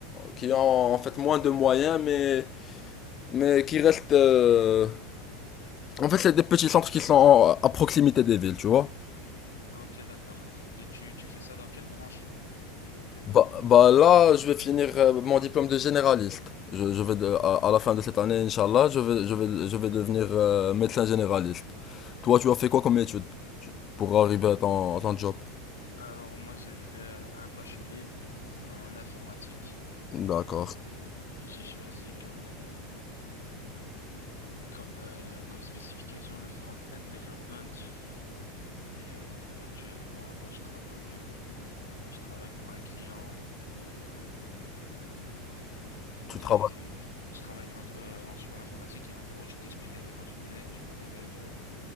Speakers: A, on the left; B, on the left.
A: qui ont en fait moins de moyens mais mais qui restent euh, en fait c'est des petits centres qui sont à proximité des villes, tu vois.
B: ok, d'accord. Et tu, tu fais ça dans quelle branche? T'es- t'es-
A: Bah, bah là, je vais finir euh, mon diplôme de généraliste. Je, je vais de- à, à la fin de cette année, Inch'Allah, je vais, je vais, je vais devenir euh, médecin généraliste. Toi, tu as fait quoi comme étude tu- pour arriver à ton, à ton job?
B: Alors moi, j'ai fait euh, un bachelier en informatique.
A: D'accord.
B: Euh, j'ai choisi comme euh, Comme, euh, comme spécification, le front-end development. Et euh, actuellement, là, je travaille, euh, je travaille pour un client euh, de,
A: Tu travailles.
B: je travaille en, euh, en support informatique et en gros, je t'explique un peu ma journée. Je me réveille, euh,